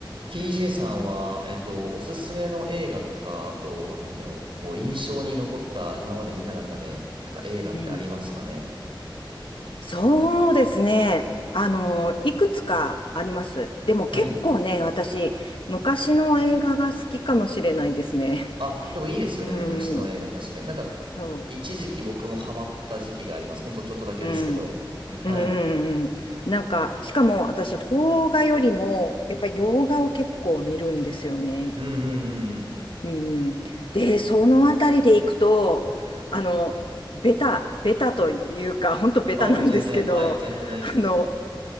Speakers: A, on the right; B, on the left.
A: TJ さんは、えっと、おすすめの映画とか、あと、なんだろう、こう、印象に残った、今まで見た中で、なんか映画ってありますかね
B: うん。そうですね。あの、いくつかあります。でも結構ね、
A: はい。
B: 私、昔の映画が好きかもしれないですね。
A: あ、でもいいですよね、
B: <laughs> う
A: 昔の映画。
B: ん。
A: 確かに。なんか、
B: そ
A: 一時期僕もハマった時期があります。ほんとちょっとだけですけど。
B: う。うん。
A: はい。
B: うんうんうん。なんか、しかも私、邦画よりも、やっぱ洋画を結構見るんですよね。
A: うんうんうんうん。
B: うん。で、そのあたりでいくと、あの、ベタ、ベタというか、ほんとベタなんですけど、
A: ああ、もう全然、はい、全然大丈夫です。
B: あの、